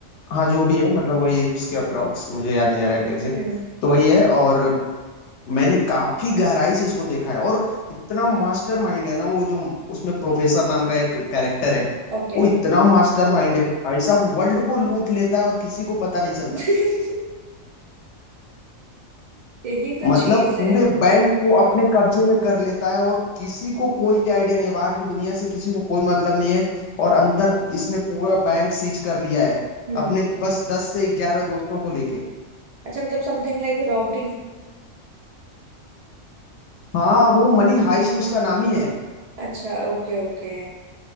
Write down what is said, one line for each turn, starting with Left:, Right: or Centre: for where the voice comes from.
Left: हाँ जो भी है मतलब वही उसके अप्रॉक्स मुझे याद नहीं आ रहा एग्जैक्ट
Right: हम्म
Left: तो वही है और मैंने काफी गहराई से इसको देखा है और इतना मास्टर माइंड है ना वो जो उसमें प्रोफेसर नाम का एक कैरेक्टर है
Right: ओके
Left: वो इतना मास्टर माइंड है भाई साहब वर्ल्ड को लूट लेता है और किसी को पता नहीं चलता
Right: <laughs> यही तो
Left: मतलब
Right: चीज
Left: पूरे
Right: है
Left: बैंक को अपने कब्जे में कर लेता है और किसी को कोई आइडिया नहीं है बाहर की दुनिया से किसी को कोई मतलब नहीं है और अंदर इसने पूरा बैंक सीज कर लिया है
Right: हम्म
Left: अपने बस दस से ग्यारह दोस्तों को लेके
Right: अच्छा मतलब समथिंग लाइक रॉबरी
Left: हाँ वो मनी हाइस्ट उसका नाम ही है
Right: अच्छा ओके ओके